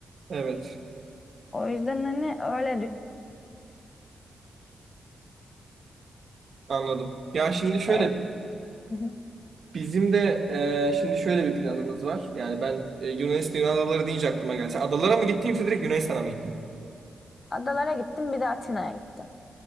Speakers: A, on the right (about 45°); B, on the left (about 25°).
A: Evet,
B: O yüzden hani öyle düşün.
A: anladım. Ya şimdi şöyle
B: E, Hı hı.
A: bizim de e, şimdi şöyle bir planımız var. Yani ben e, Yunanistan Yunan adaları deyince aklıma geldi. Sen adalara mı gittin yoksa direkt Yunanistan'a mı gittin?
B: adalara gittim bir de Atina'ya gittim.